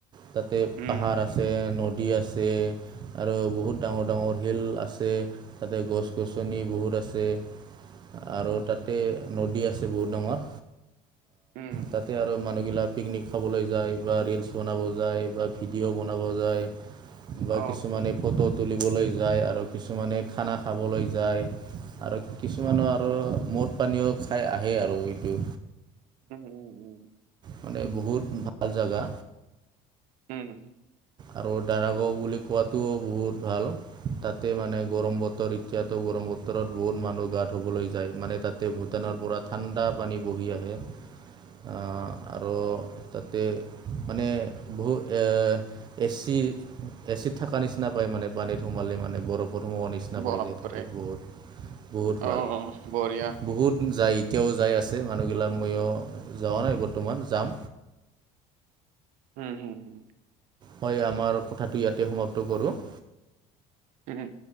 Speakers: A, on the right; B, on the right.
A: তাতে
B: উম
A: পাহাৰ আছে নদী আছে, আৰু বহুত ডাঙৰ ডাঙৰ হিল আছে তাতে গছ-গছনি বহুত আছে। আৰু তাতে নদী আছে বহুত ডাঙৰ
B: উম
A: তাতে আৰু মানুহগিলাক পিকনিক খাবলৈ যায় বা ৰিলচ বনাব যায় বা ভিডিঅ' বনাব যায়। বা
B: অ
A: কিছুমানে ফটো তুলিবলৈ যায় আৰু কিছুমানে খানা খাবলৈ যায়। আৰু কিছুমানো আৰু মদ পানীও খাই আহে আৰু এইটো।
B: উম, উম, উম।
A: মানে বহুত ভাল জাগা।
B: উম।
A: আৰু দাৰাগাও বুলি কোৱাটো বহুত ভাল। তাতে মানে গৰম বতৰ এতিয়াতো গৰম বতৰত বহুত মানুহ গা ধুবলৈ যায়, মানে তাতে ভূটানৰ পৰা ঠাণ্ডা পানী বহি আহে।
B: <inaudible>
A: অ', আৰু তাতে মানে বহুত এ এচি এচি ত থাকা নিচিনা পায় মানে পানীত সোমালি মানে বৰফত নিচিনা
B: বাপৰে
A: পাই যায় তেতিয়া বহুত বহুত
B: অ
A: ভাল,
B: বঢ়িয়া
A: বহুত যাই এতিয়াও যাই আছে মানুহগিলাক ময়ো যোৱা নাই বৰ্তমান যাম।
B: উম, হুম, হু।
A: হয়, আমাৰ কথাটো ইয়াতে সমাপ্ত কৰোঁ।
B: হুম।